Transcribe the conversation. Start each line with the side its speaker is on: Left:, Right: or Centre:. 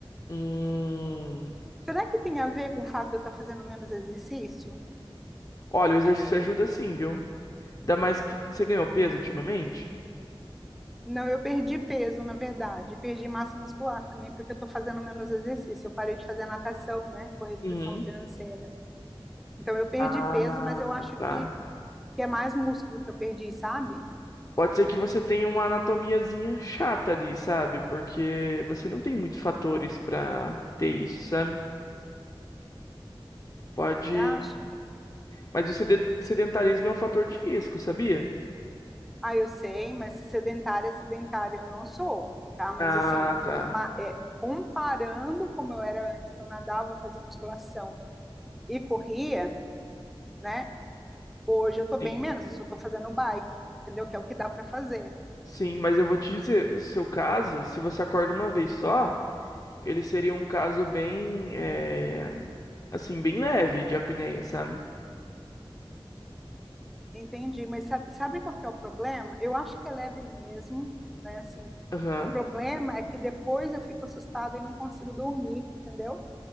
Left: Hum,
Centre: Será que tem a ver com o fato de eu estar fazendo menos exercício?
Left: olha, o exercício ajuda sim, viu? Ainda mais que você ganhou peso ultimamente?
Centre: Não, eu perdi peso, na verdade, perdi massa muscular também, porque eu estou fazendo menos exercício. Eu parei de fazer natação, né, por restrição
Left: Uhum.
Centre: financeira. Então, eu perdi
Left: Ah,
Centre: peso, mas eu acho
Left: tá.
Centre: que, que é mais músculo que eu perdi, sabe?
Left: Pode ser que você tenha uma anatomiazinha chata ali, sabe? Porque você não tem muitos fatores pra ter isso, sabe? Pode.
Centre: Você acha?
Left: Mas o sede- sedentarismo é um fator de risco, sabia?
Centre: Ah, eu sei, mas sedentária, é sedentária eu não sou, tá? Mas,
Left: Ah,
Centre: assim,
Left: tá.
Centre: ma- é, comparando como eu era antes, que eu nadava, fazia musculação e corria, né? Hoje eu tô bem
Left: Sim.
Centre: menos, eu só tô fazendo bike, entendeu? Que é o que dá para fazer.
Left: Sim, mas eu vou te dizer, o seu caso, se você acorda uma vez só, ele seria um caso bem, é, assim, bem leve de apneia, sabe?
Centre: Entendi, mas sabe, sabe qual que é o problema? Eu acho que é leve mesmo, né? Assim,
Left: Aham.
Centre: o problema é que depois eu fico assustada e não consigo dormir, entendeu?